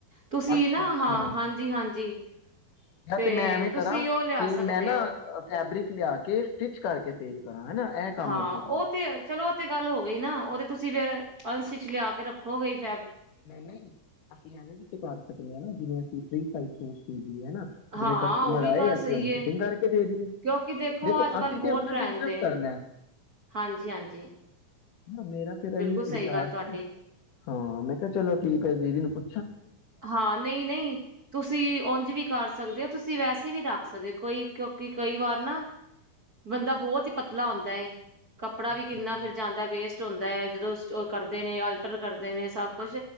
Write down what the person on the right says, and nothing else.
ਤੁਸੀਂ
ਨਾ
ਹਾਂ ਹਾਂਜੀ- ਹਾਂਜੀ
ਤੇ
ਤੁਸੀਂ
ਉਹ ਲਿਆ
ਸਕਦੇ
ਹੋ।
ਹਾਂ
ਉਹ
ਤੇ ਚਲੋ ਉਹ ਤੇ ਗੱਲ ਹੋ ਗਈ ਨਾ ਉਹ ਤੇ ਤੁਸੀਂ ਫੇਰ ਅਨਸਟਿਚ ਵਿੱਚ ਲਿਆ ਕੇ ਰੱਖੋਗੇ -
ਹਾਂ
ਉਹ ਵੀ
ਗੱਲ
ਸਹੀ
ਏ
ਕਿਉਂਕਿ
ਅੱਜ
ਕੱਲ੍ਹ ਬਹੁਤ
ਟਰੈਂਡ
ਏ
ਹਾਂਜੀ ਹਾਂਜੀ
ਬਿਲਕੁਲ
ਸਹੀ
ਗੱਲ ਤੁਹਾਡੀ
ਹਾਂ ਨਹੀਂ ਨਹੀਂ ਤੁਸੀਂ ਉਝ ਵੀ ਕਰ ਸਕਦੇ ਹੋ ਤੁਸੀਂ ਵੈਸੇ ਵੀ ਰੱਖ ਸਕਦੇ ਹੋ ਕੋਈ ਕਿਉਂਕਿ ਕਈ ਵਾਰ ਨਾ ਬੰਦਾ ਬਹੁਤ ਹੀ ਪਤਲਾ ਹੁੰਦਾ ਏ। ਕੱਪੜਾ
ਵੀ ਕਿੰਨਾ
ਫਿਰ ਜਾਂਦਾ ਵੇਸਟ ਹੁੰਦਾ ਹੈ ਜਦੋਂ ਕਰਦੇ ਨੇ ਅਲਟਰ ਕਰਦੇ ਨੇ ਸਭ ਕੁਛ